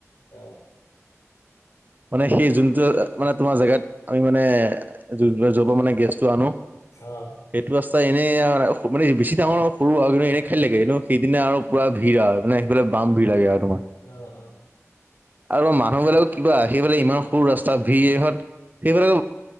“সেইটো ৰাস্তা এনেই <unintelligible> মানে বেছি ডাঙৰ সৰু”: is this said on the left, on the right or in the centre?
Right